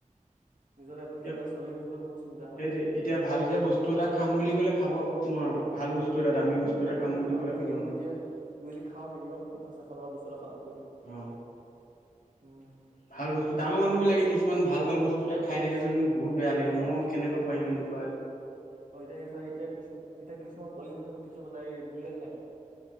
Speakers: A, on the right; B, on the left.
A: নিজৰ লাইফটো
B: এতিয়া
A: কেনেকোৱা চলিম সেইটো বহুত চিন্তা হয়,
B: সেইটোৱে এতিয়া ভালকে বস্তু এটা খাম বুলি ক'লে খাব নোৱাৰো। ভাল বস্তু এটা দামী
A: এনেও
B: বস্তু এটা
A: এনেও
B: খাম বুলি
A: ন
B: ক'লে
A: আমি
B: খাব
A: মিনিমাম
B: নোৱাৰো।
A: এতিয়া যদি খাওঁ মিনিমাম পঞ্চাশ এশ টকা বস্তু এটা খাব পাৰিম
B: অ,
A: উম
B: ভাল বস্তু ডাঙৰ মানুহ বিলাকে কিছুমান ভাল ভাল বস্তু টো এটা খাই থাকে যে মোক বহুত বেয়া লাগে,
A: অ',
B: মই কেনেকৈ পাৰিম এনেকোৱা
A: অ এতিয়া কি চ এতিয়া কি এতিয়া কিছুমান পলি কিছুমানে বুলে খাই,